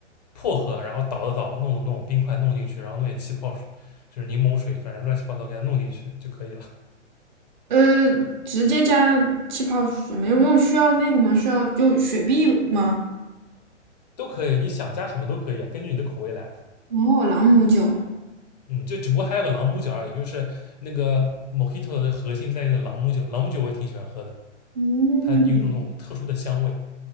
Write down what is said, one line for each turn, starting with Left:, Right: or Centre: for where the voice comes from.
Left: 薄荷，然后倒的倒，弄弄弄冰块弄进去，然后弄点气泡水，就是柠檬水，反正乱七八糟给它弄进去就可以了。
Right: 呃，直接加气泡水吗？用用需要那个吗？需要就雪碧吗？
Left: 都可以，你想加什么都可以啊，根据你的口味来。
Right: 哦，朗姆酒，
Left: 嗯，这只不过还有个朗姆酒而已，就是那个 Mojito 的核心在于那个朗姆酒，朗姆酒我也挺喜欢喝的，
Right: 嗯，
Left: 它有一种那种特殊的香味。